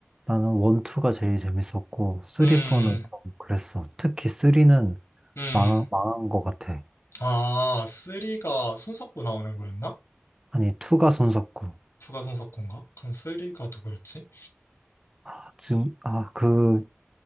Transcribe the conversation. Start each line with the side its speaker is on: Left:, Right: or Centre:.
Right: 나는 원, 투가 제일 재밌었고 쓰리,
Left: 음,
Right: 포는 좀 그랬어. 특히 쓰리는
Left: 음.
Right: 망, 망한 것 같아.
Left: 아, 쓰리가 손석구 나오는 거였나?
Right: 아니, 투가 손석구.
Left: 2가 손석구인가? 그럼 쓰리가 누구였지?
Right: 아, 지금, 아, 그